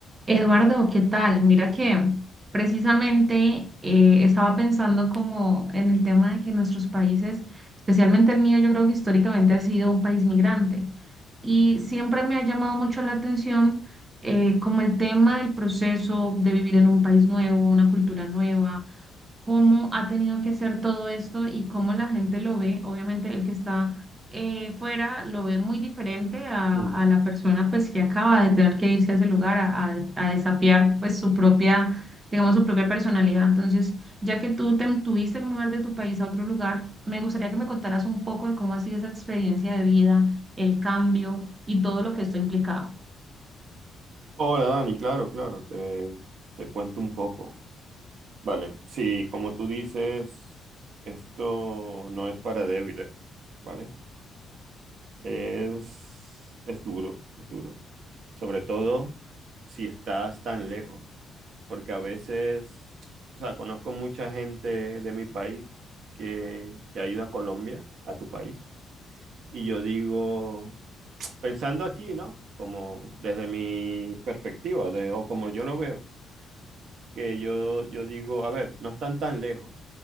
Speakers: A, on the right; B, on the right.
A: Eduardo, ¿qué tal? Mira que precisamente eh, estaba pensando como en el tema de que nuestros países, especialmente el mío, yo creo que históricamente ha sido un país migrante y siempre me ha llamado mucho la atención eh, como el tema del proceso de vivir en un país nuevo, una cultura nueva, cómo ha tenido que ser todo esto y cómo la gente lo ve, obviamente el que está eh, fuera lo ve muy diferente a,
B: Mm.
A: a la persona pues que acaba de tener que irse a ese lugar a, a des- a desafiar pues su propia, digamos, su propia personalidad. Entonces, ya que tú te tuviste que mudar de tu país a otro lugar, me gustaría que me contaras un poco de cómo ha sido esa experiencia de vida, el cambio y todo lo que esto ha implicado.
B: Hola Dani, claro, claro, te, te cuento un poco. Vale, sí, como tú dices, esto no es para débiles, ¿vale? Es, es duro, es duro. Sobre todo si estás tan lejos, porque a veces, o sea, conozco mucha gente de mi país que, que ha ido a Colombia, a tu país, y yo digo, pensando aquí, ¿no? Como desde mi perspectiva de- o como yo lo veo. que yo, yo digo, a ver, no están tan lejos,